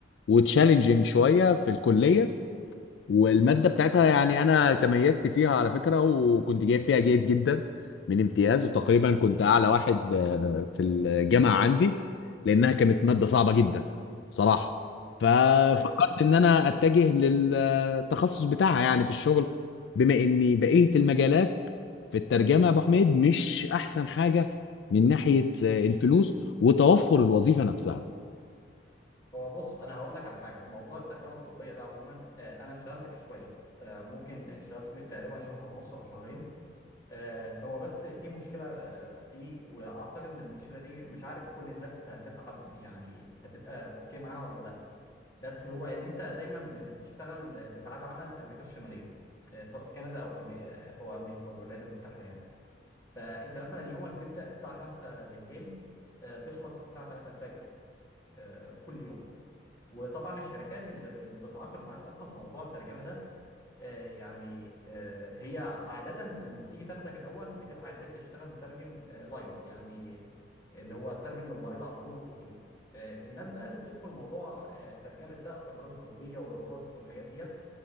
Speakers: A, on the left (about 70°); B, on the left (about 20°).
A: وتشالنجينج شويه في الكليه والمادة بتاعتها يعني أنا تميزت فيها على فكرة وكنت جايب فيها جيد جدا من امتياز وتقريبا كنت أعلى واحد آه، في الجامعة عندي لأنها كانت مادة صعبة جدا بصراحة ففكرت
B: ايوه ايوه
A: إن أنا أتجه للتخصص بتاعها يعني في الشغل بما إني بقية المجالات في الترجمة يا أبو حميد مش أحسن حاجة من ناحية آه، الفلوس وتوفر الوظيفة نفسها
B: هو بص انا هقول لك على حاجه في موضوع الترجمه الطبيه ده عموما آه، انا اشتغلت فيه شويه آه، ممكن اشتغلت فيه تقريبا شهر ونص او شهرين آه، هو بس في مشكله آه، فيه واعتقد ان المشكله دي مش عارف كل الناس هتبقى حب- يعني هتبقى اوكي معاها ولا لا بس هو ان انت دايما بتشتغل بساعات عمل امريكا الشماليه آه، سواء في كندا او امريكا او امريكا او الولايات المتحده يعني فانت مثلا يومك بيبدا الساعه 5 بالليل آه، بيخلص الساعه 3 الفجر آه، كل يوم وطبعا الشركات اللي اللي بتتعاقد معاك اصلا في موضوع الترجمه ده آه، يعني آه، هي عادة لما بتيجي تاخدك الأول بتبقى عايزاك تشتغل مترجم آه، لايف يعني اللي هو ترجم للمريض على طول للدكتور آه، الناس بقى اللي بتدخل موضوع آه، ترجمة بقى التقارير الطبية والروبورتس والحاجات ديت